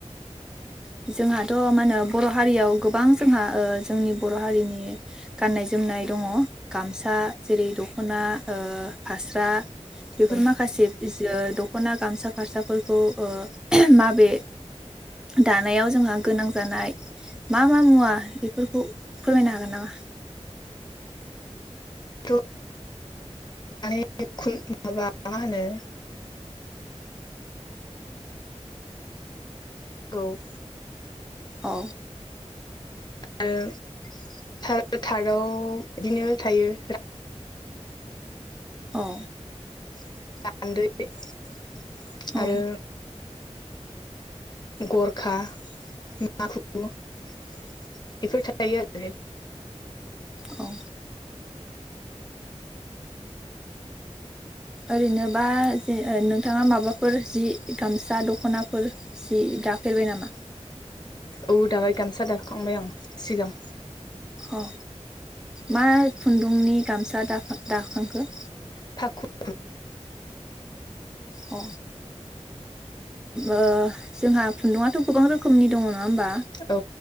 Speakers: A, in the centre; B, on the left.
A: औ जोंहाथ' मा होनो बर' हारियाव गोबां जोंहा ओ जोंनि बर' हारिनि गाननाय जोमनाय दङ गामसा जेरै दख'ना ओ फास्रा बेफोर
B: औ
A: माखासे ओ दख'ना गामसा फारसाफोरखौ ओ माबे दानायाव जोंहा गोनां जानाय मा-मा मुवा बेफोरखौ फोरमायनो हागोन नामा?
B: थ' <inaudible> मा होनो <inaudible>
A: औ
B: आरो थार-थार्दआव बिदिनो थायो <inaudible>
A: अ
B: <inaudible>
A: औ
B: आरो गरखा माखु बेफोर थायो आरो
A: औ ओरैनोबा जे नोंथाङा माबाफोर जि गामसा दख'नाफोर जि दाफेरबाय नामा
B: औ दाबाय गानसा दाखांबाय आं सिगां
A: औ मा खुन्दुंनि गामसा दाखा-दाखांखो?
B: <inaudible>
A: अ ओ जोंहा खुन्दुंआथ' गोबां रोखोमनि दङ नङा होमबा
B: औ